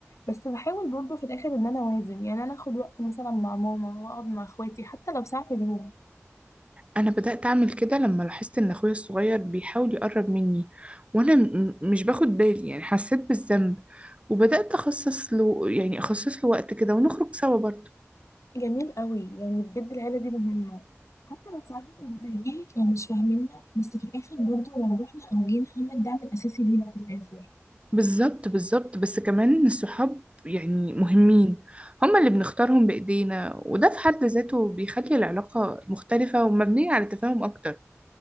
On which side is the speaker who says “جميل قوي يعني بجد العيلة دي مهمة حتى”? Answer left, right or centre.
Left